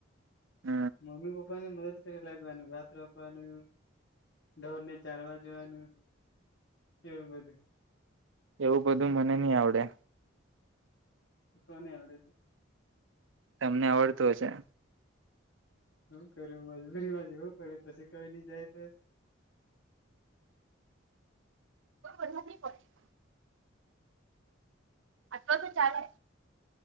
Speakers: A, on the right; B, on the left.
A: હ
B: મમ્મી પપ <inaudible> પપ ને મદદ કરી લાગવાનું ભાત રોપવાનું ઢોર ને ચારવા જવાનું એવું બધું,
A: એવું બધું મને નહ આવડે.
B: કોને આવડે તો?
A: તમને આવડતું હશે?
B: શું કરું? મજબૂરી માં જવું પડે પછી કઈ નઈ જાય તો
A: કોઈ ન પ <inaudible> અથવા તો ચાલે